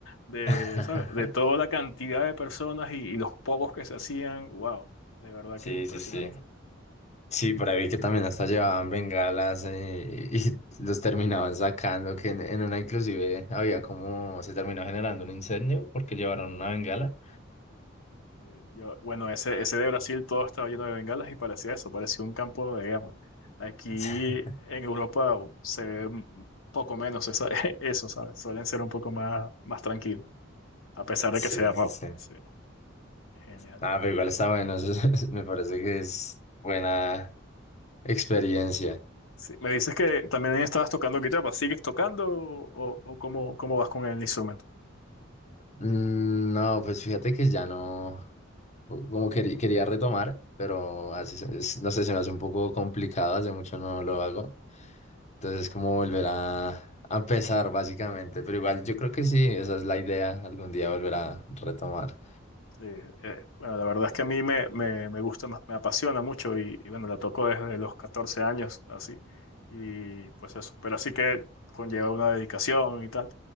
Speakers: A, on the left (about 80°); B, on the left (about 35°).
A: de,
B: <laughs>
A: ¿sabes? De toda la cantidad de personas y, y los pocos que se hacían. Wow, de verdad
B: Sí,
A: que impresionante.
B: sí, sí. Sí, por ahí vi que también hasta llevaban bengalas eh, y, y los terminaban sacando, que en, en una inclusive había como, se terminó generando un incendio porque llevaron una bengala.
A: Eh, Yo, bueno, ese, ese de Brasil todo estaba lleno de bengalas y parecía eso, parecía un campo de guerra. Aquí
B: <laughs>
A: en Europa se ve un poco menos esa- <laughs> eso, ¿sabes? Suelen ser un poco más, más tranquilos, a pesar
B: Sí,
A: de que sea rock.
B: sí, sí.
A: Sí, genial.
B: Ah, pero igual está bueno, <laughs> me parece que es buena. Experiencia.
A: Sí, me dices que también estabas tocando guitarra, ¿sigues tocando o, o cómo, cómo vas con el instrumento?
B: Mm, No, pues fíjate que ya no, co- como querí- quería retomar, pero hace se- es- no sé, se me hace un poco complicado, hace mucho no lo hago. Entonces es como volver a, a empezar básicamente, pero igual yo creo que sí, esa es la idea, algún día volver a retomar.
A: Sí, eh, bueno, la verdad es que a mí me, me, me gusta más, me apasiona mucho y, y bueno, la toco desde los 14 años, así, y pues eso, pero así que conlleva una dedicación y tal,